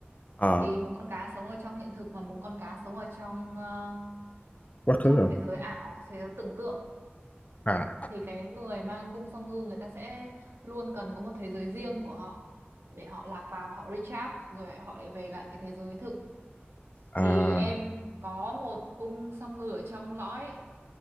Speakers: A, on the left; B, on the right.
A: ờ
B: thì một con cá sống ở trong hiện thực và một con cá sống ở trong ờ,
A: quá
B: trong
A: khứ rồi
B: thế giới ảo, thế giới tưởng tượng
A: à
B: thì cái người mang cung song ngư người ta sẽ luôn cần có một thế giới riêng của họ để họ lạc vào họ recharge rồi họ lại về lại cái thế giới thực thì
A: à
B: em có một cung song ngư ở trong lõi